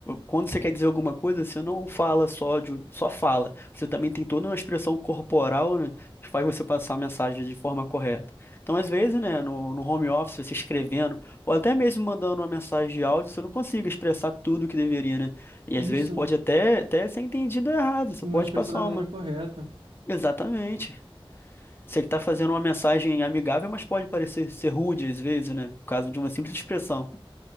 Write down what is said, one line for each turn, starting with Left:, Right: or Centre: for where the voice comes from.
Left: quando você quer dizer alguma coisa, você não fala só de, só fala. Você também tem toda uma expressão corporal, né, que faz você passar a mensagem de forma correta. Então, às vezes, né, no, no home office, você escrevendo, ou até mesmo mandando uma mensagem de áudio, você não consegue expressar tudo o que deveria, né? E
Right: E
Left: às vezes
Right: Isso,
Left: pode até, até ser entendido errado. Você
Right: não
Left: pode
Right: expressar
Left: passar
Right: da maneira
Left: uma.
Right: correta.
Left: Exatamente. Você está fazendo uma mensagem amigável, mas pode parecer ser rude às vezes, né? Por causa de uma simples expressão.